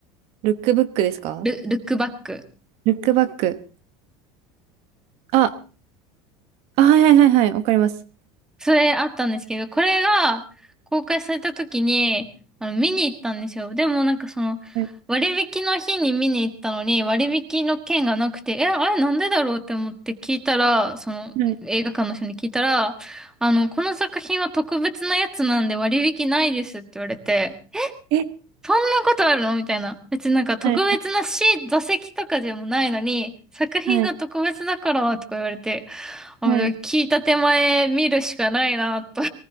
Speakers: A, on the right (about 55°); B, in the centre.
A: ルックブックですか
B: ル、ルックバック。
A: ルックバック。あ、あ、はいはいはいはい。わかります。
B: それあったんですけど、これが公開された時に、あの、見に行ったんですよ。でもなんかその、
A: はい。
B: 割引の日に見に行ったのに、割引の券がなくて、え、あれなんでだろうって思って聞いたら、その、
A: はい。
B: 映画館の人に聞いたら、あの、この作品は特別なやつなんで割引ないですって言われて、
A: え、
B: そんなことあるのみたいな。別になんか特別なシー座席とかでもないのに、
A: はい。
B: 作品が特別だからとか言われて、
A: はい。
B: あ聞いた手前見るしかないなとっ
A: はい。